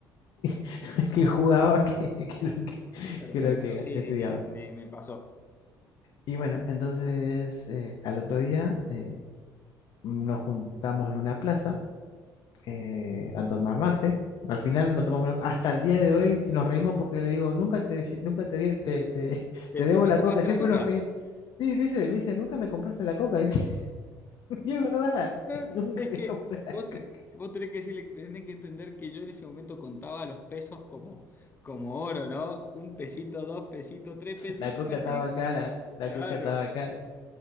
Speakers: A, on the left; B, on the left.
A: <laughs> que jugaba que, que lo que,
B: Perfecto,
A: que lo que
B: sí,
A: estudiaba.
B: sí, sí, me, me pasó.
A: Y bueno, entonces eh, al otro día eh, nos juntamos en una plaza eh, a tomar mate. Al final no tomamos la Hasta el día de hoy nos reímos porque le digo, nunca te, dije- nunca te, di- te, te, <laughs>
B: Eh,
A: te debo
B: ¿Nunca
A: la coca,
B: pagaste
A: siempre
B: la coca?
A: nos reímos. Sí, dice, me dice, nunca me compraste la coca. Dice, <laughs> y es verdad,
B: Eh,
A: <laughs> nunca
B: Es
A: le
B: que
A: compré
B: vos,
A: la
B: te-
A: coca.
B: vos tenés que decirle, tenés que entender que yo en ese momento contaba los pesos como, como oro, ¿no? Un pesito, dos pesitos, tres pesitos,
A: La coca
B: metí.
A: estaba cara, la
B: Claro.
A: coca estaba cara.